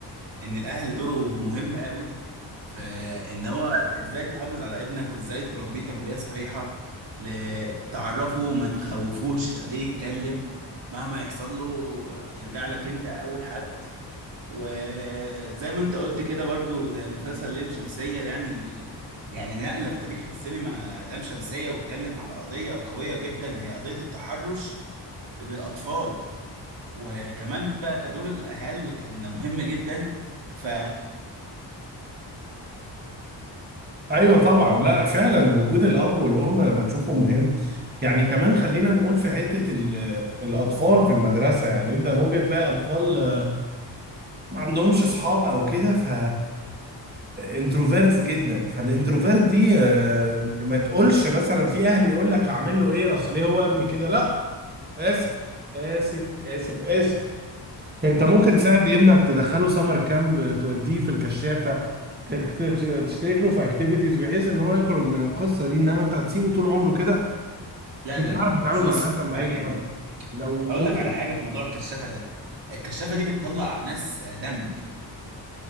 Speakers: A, on the right; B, on the right.
A: ان الاهل دوره مهم قوي فان هو ازاي تحافظ على ابنك وازاي تربيه تربيه صحيحه ل- تعرفه ما تخوفوش خليه يتكلم مهما يحصل له يرجع لك انت اول حد وزي ما انت قلت كده برضو زي مسلسل لام شمسية ده يعني يعني نقلة في تاريخ السينما لام شمسية واتكلم على قضية قوية جدا هي قضية التحرش بالأطفال وكمان بقى دور الاهل كان مهم جدا ف
B: ايوه طبعا لا فعلا وجود الاب والام بتشوفه مهم يعني كمان خلينا نقول في حته ال- الاطفال في المدرسه يعني انت ممكن تلاقي اطفال ما عندهمش اصحاب او كده ف انتروفيرتس جدا فالانتروفيرت دي آه، ما تقولش مثلا في اهل يقول لك هعمل له ايه اصل إيه هو ابني كده لا اسف اسف اسف اسف انت ممكن تساعد
A: طب-
B: ابنك تدخله سمر كامب توديه في الكشافة تخت- تشترك له في اكتيفيتيز بحيث ان هو يخرج من القصة دي انما انت هتسيبه طول عمره كده
A: لا
B: مش
A: لا لا
B: هيعرف
A: بس
B: يتعامل مع
A: بص
B: الناس
A: ما-
B: لما يكبر
A: يعني
B: لو
A: اقول
B: ممكن
A: لك على حاجه في موضوع الكشافه ده الكشافه دي بتطلع ناس دمج